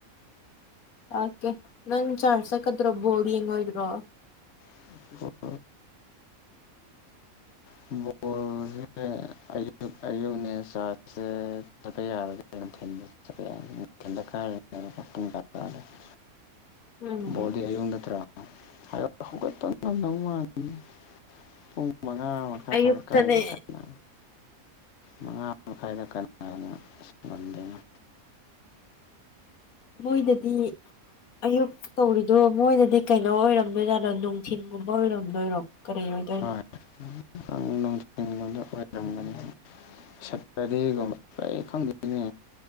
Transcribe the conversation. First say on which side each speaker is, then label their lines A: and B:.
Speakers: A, on the left; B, on the left.
A: ꯑꯣꯛꯀꯦ ꯅꯪ ꯆ꯭ꯔꯆ ꯆꯠꯀꯗ꯭ꯔꯣ ꯕꯣꯜ ꯌꯦꯡꯉꯣꯏꯗ꯭ꯔꯣ
B: <inaudible> ꯕꯣꯜꯁꯦ ꯑꯌꯨꯛ ꯑꯌꯨꯛꯅꯦ ꯆꯥ꯭ꯔꯆꯁꯦ ꯆꯠꯄ ꯌꯥꯔꯒꯗꯤ ꯅꯨꯡꯊꯤꯜ ꯆꯠꯄ ꯌꯥꯒꯅꯤ <unintelligible>
A: ꯎꯝ
B: ꯕꯣꯜꯗꯤ ꯑꯌꯨꯛ ꯅꯠꯇ꯭ꯔꯣ ꯍꯌꯦꯡ ꯍꯧꯒꯠꯄ ꯉꯝꯗꯧ ꯃꯥꯟꯗꯦ ꯄꯨꯡ ꯃꯉꯥ ꯃꯈꯥꯏꯗ
A: ꯑꯌꯨꯛꯇꯅꯦ
B: ꯀꯥꯏꯗ ꯀꯥꯏꯅꯣ ꯃꯉꯥ ꯃꯈꯥꯏꯗ ꯀꯅꯥꯅ ꯑꯁ ꯉꯝꯗꯣꯏꯅꯣ
A: ꯃꯣꯏꯗꯗꯤ ꯑꯌꯨꯛ ꯇꯧꯔꯤꯗꯣ ꯃꯣꯏꯗꯗꯤ ꯀꯩꯅꯣ ꯑꯣꯏꯔꯝꯗꯣꯏꯖꯥꯠꯗꯣ ꯅꯨꯡꯊꯤꯟꯒꯨꯝꯕ ꯑꯣꯏꯔꯝꯗꯣꯏꯔꯣ ꯀꯔꯤ ꯑꯣꯏ
B: ꯍꯣꯏ ꯑꯣꯏꯔꯝꯒꯅꯤ ꯁꯇꯔꯗꯦꯒꯨꯝꯕ ꯑꯩ ꯈꯪꯗꯦꯅꯦ